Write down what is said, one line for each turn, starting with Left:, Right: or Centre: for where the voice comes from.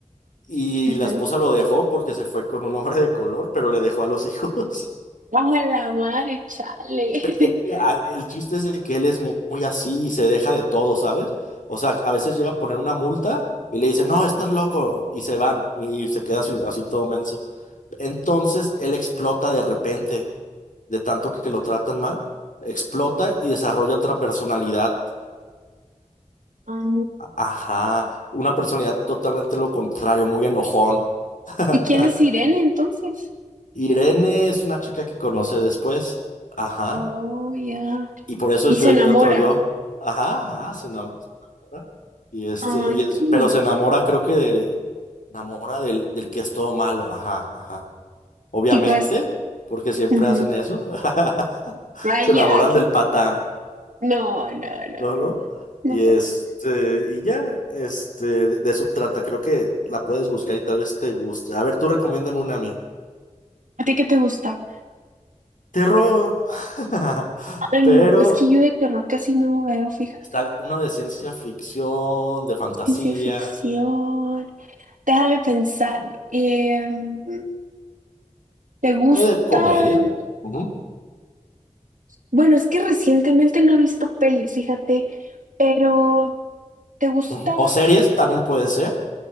Left: y
Right: Ujú.
Left: la esposa lo dejó porque se fue con un hombre de color, pero le dejó a los <laughs> hijos.
Right: A la madre, chale. <laughs>
Left: Pe- es que a- El chiste es de que él es mu- muy así y se deja de todo, ¿sabes? O sea, a veces llega a poner una multa y le dice, no, estás loco, y se van y se queda así, así todo menso. Entonces él explota de repente, de tanto que lo tratan mal, explota y desarrolla otra personalidad.
Right: Ah,
Left: Ajá, una personalidad totalmente lo contrario, muy enojón. <laughs>
Right: ¿Y quién es Irene entonces?
Left: Irene es una chica que conoce después. Ajá.
Right: Oh, ya.
Left: Y por eso
Right: Y
Left: es
Right: se
Left: yo
Right: enamora.
Left: y mi otro yo. Ajá, ajá, se enam- se enamora. Y este,
Right: Ay,
Left: y es,
Right: qué lindo.
Left: pero se enamora, creo que de, enamora del, del que es todo malo. Ajá, ajá. Obviamente,
Right: Sí, pues,
Left: porque siempre
Right: ujú.
Left: hacen eso. <laughs>
Right: Raya.
Left: Se enamoran
Right: que-
Left: del patán,
Right: No, no, no,
Left: ¿no? ¿no?
Right: no
Left: Y este,
Right: todos.
Left: y ya, este, de, de eso trata. Creo que la puedes buscar y tal vez te guste. A ver, tú recomiéndame una a mí.
Right: ¿A ti qué te gusta?
Left: Terror. <laughs>
Right: Ay,
Left: Pero
Right: no, es que yo de terror casi no veo, fíjate.
Left: está uno de ciencia ficción, de fantasía.
Right: Ciencia ficción. Déjame pensar. em, ¿te gustan?
Left: O de comedia. Ujú,
Right: Bueno, es que recientemente no he visto pelis, fíjate, pero ¿te gusta?
Left: ujú. O series también puede ser.